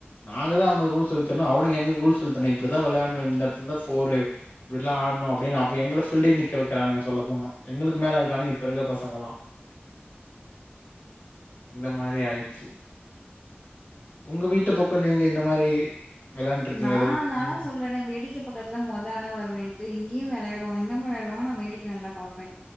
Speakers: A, on the left; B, on the left.
A: நாங்க தா அவனுக ரூல்ஸ் சொல்லித் தர்ணு அவனுக எங்ளுக் ரூல்ஸ் சொல்லித்தர்ணு இப்டி தா வெளையாட்னு இந்தெடத்ல தா ஃபோரு இப்டில்லா ஆட்ணு அப்டின் அப்ப எங்கள ஃபில்டிங் நிக்க வெக்கிறனுக சொல்ல போன எங்களுக்கு மேல இருக்கானுங்க இப்ப இருக்ற பசங்கல்லா இந்த மாரி ஆயிட்ச்சு உங்க வீட்டு பக்கோ நீங்க இந்த மாரி விளையாண்டுருக்கீங்களா?
B: நா
A: ஏதோ
B: நா
A: ம்.
B: தா சொல்றனே வேடிக்க பக்கர்துல மொத ஆளா வருவேன்ட்டு இங்கயு வெளையாட் ருவோ இன்னமு இந்த மாரி ஆடுவாங்க நா வேடிக்கு நல்லா பாப்பே